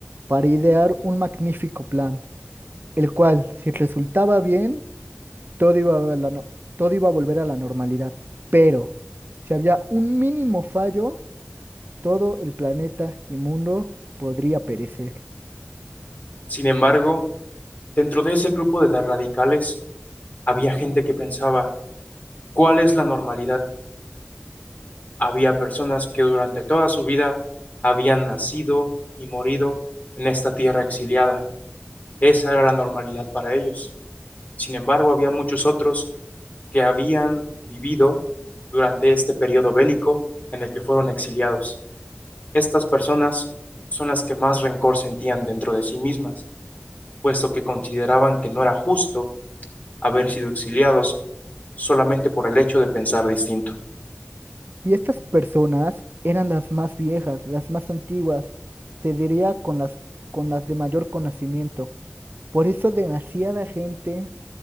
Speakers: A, on the right; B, on the left.
A: para idear un magnífico plan, el cual, si resultaba bien, todo iba a la no- todo iba a volver a la normalidad. Pero, si había un mínimo fallo, todo el planeta y mundo podría perecer.
B: Sin embargo, dentro de ese grupo de radicales había gente que pensaba, ¿cuál es la normalidad? Había personas que durante toda su vida habían nacido y morido en esta tierra exiliada. Esa era la normalidad para ellos. Sin embargo, había muchos otros que habían vivido durante este periodo bélico en el que fueron exiliados. Estas personas son las que más rencor sentían dentro de sí mismas, puesto que consideraban que no era justo haber sido exiliados solamente por el hecho de pensar distinto.
A: Y estas personas eran las más viejas, las más antiguas, te diría con las, con las de mayor conocimiento. Por eso demasiada gente